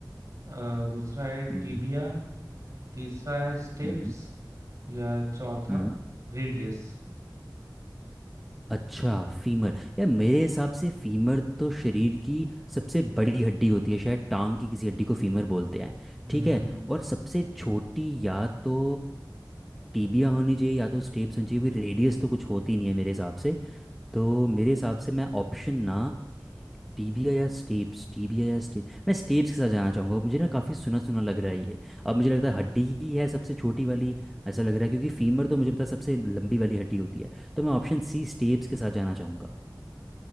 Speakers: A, on the right; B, in the centre.
A: अ, दूसरा है टीबिया
B: हम्म
A: तीसरा है स्टेप्स
B: हम्म
A: या चौथा
B: हम्म,
A: रेडियस
B: अच्छा फीमर यार मेरे हिसाब से फीमर तो शरीर की सबसे बड़ी हड्डी होती है शायद टांग की किसी हड्डी को फीमर बोलते हैं
A: हम्म
B: ठीक है और सबसे छोटी या तो टीबिया होनी चाहिए या तो स्टेप्स होनी चाहिए रेडियस तो कुछ होती नहीं है मेरे हिसाब से तो मेरे हिसाब से मैं ऑप्शन ना टीबिया या स्टेप्स टीबिया या स्टेप मैं स्टेप्स के साथ जाना चाहूँगा मुझे ना काफ़ी सुना सुना लग रहा है ये अब मुझे लगता है हड्डी ही है सबसे छोटी वाली ऐसा लग रहा है क्योंकि फीमर तो मुझे पता है सबसे लंबी वाली हड्डी होती है तो मैं ऑप्शन सी स्टेप्स के साथ जाना चाहूँगा